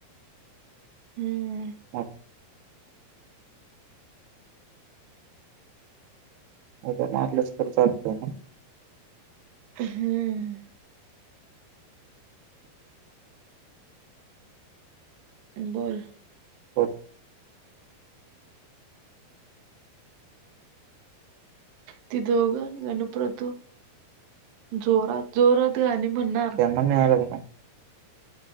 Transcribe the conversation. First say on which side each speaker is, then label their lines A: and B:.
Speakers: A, on the right (about 65°); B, on the right (about 85°).
A: हम्म
B: अच उद मारलंच तर चालत ना
A: हम्म बोल
B: होर
A: त दोघ गणपतू जोरात जोरात गाणी म्हणणार
B: त्यांना मिळालं का